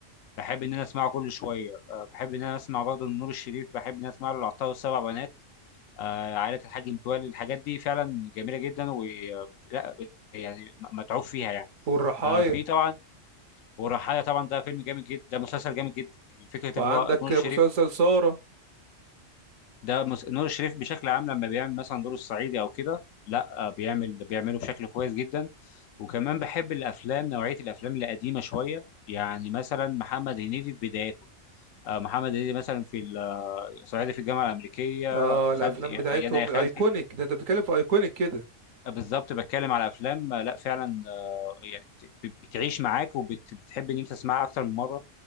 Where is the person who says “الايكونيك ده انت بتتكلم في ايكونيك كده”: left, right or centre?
Right